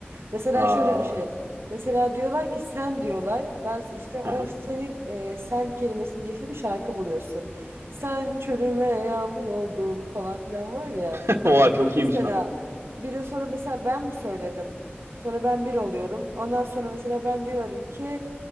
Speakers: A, on the right; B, on the right.
A: Mesela
B: Aa,
A: şöyle bir şey. Mesela diyorlar ki sen diyorlar. Ben işte o
B: aha.
A: senin e, sen kelimesinin geçtiği bir şarkı buluyorsun. Sen çölüme yağmur oldun falan filan var ya.
B: <laughs> Oha çok
A: Mesela
B: iyiymiş lan.
A: bir sonra mesela ben mi söyledim? Sonra ben bir oluyorum. Ondan sonra mesela ben diyorum ki